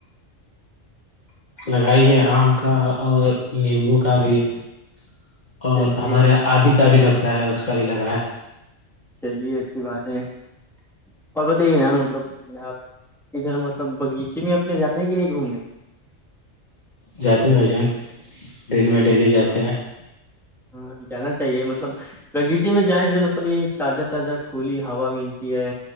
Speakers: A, on the left (about 35°); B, in the centre.
A: لگائی ہے آم کا اور نیمبو کا بھی <inaudible> اور
B: چلیے
A: ہمارے یہاں آد <inaudible> اس کا بھی لگتا ہے اس کا بھی لگا ہے <inaudible>
B: چلیے اچھی بات ہے اور بتائیے نا مطلب آپ ادھر مطلب بغیچے میں اپنے جاتے ہیں کہ نہیں گھومنے <inaudible>
A: جاتے ہیں بھائی جان دن میں ڈیلی جاتے ہیں <inaudible>
B: ہاں جانا چاہیے مطلب بغیچے میں جانے سے مطلب یہ تازہ تازہ کھلی ہوا ملتی ہے